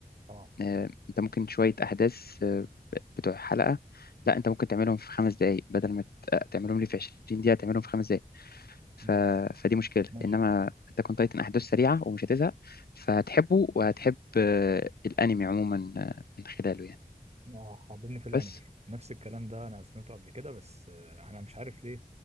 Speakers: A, on the right (about 45°); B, on the left (about 80°).
A: أه
B: آه، انت ممكن شويه احداث آه، ب- بتوع حلقه لا انت ممكن تعملهم في خمس دقائق بدل ما ت- آه، تعملهم لي في 20 دقيقه تعملهم في خمس دقائق ف...
A: مم.
B: فدي مشكله
A: ماشي
B: انما اتاك اون تايتن احداث سريعه ومش هتزهق فهتحبه وهتحب آه، الانمي عموما آه، من خلاله يعني
A: آه، حاضرني في الأنمي
B: بس
A: نفس الكلام ده أنا سمعته قبل كده بس آه، أنا مش عارف ليه